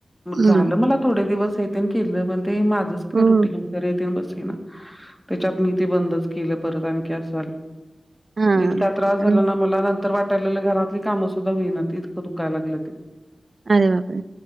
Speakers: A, on the right; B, in the centre.
A: हम्म.
B: झालं मला थोडे दिवस तेन केलं, पण ते माझंच
A: हम्म.
B: का, रुटीन रेतीन बसली ना, त्याच्यात मी ते बंदच केलं, परत आणखी असं झालं.
A: हां.
B: इतका त्रास
A: अं,
B: झाला ना, मला ना तर वाटायला, घरातली कामं सुद्धा होईना, ते इतकं दुखाय लागलं ते.
A: अरे बापरे!